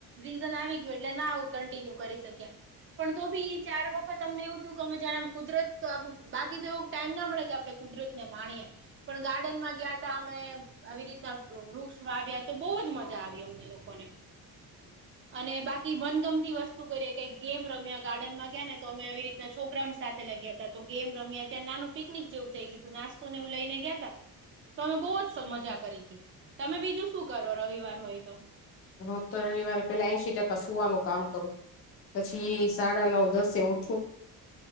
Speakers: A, on the right (about 35°); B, on the left (about 35°).
A: રીઝન આવી ગયું. એટલે ના આવું કન્ટિન્યુ કરી શક્યા. પણ તો ભી ચાર વખત અમને એવું થયું. કે અમે જાણેમ કુદરત તો બાકી તો એવુ ટાઈમ ના મળે કે આપણે કુદરતને માણીએ, પણ ગાર્ડનમાં ગયા ત અમે આવી રીતના. વૃક્ષ વાવ્યા તો બહુ જ મજા! આવી અમને લોકોને. અને બાકી મનગમતી વસ્તુ કરીએે કઈ, ગેમ રમ્યા ગાર્ડનમાં ગયા. ને તો અમે એવી રીતના છોકરાઓને સાથે લઈ ગયા. તો ગેમ રમ્યા ત્યા નાનું પિકનિક જેવું થઈ ગય હતું. નાસ્તો ને એવુ લઈને ગયા તા. તો અમે બહુ જ મજા કરી! હતી. તમે બીજું શું કરો રવિવાર હોય તો.
B: હું તો રવિવારે પેલા એ એશી ટકા. સુવાનું કામ કરું. પછી, સાડા નવ દસે ઉઠવું.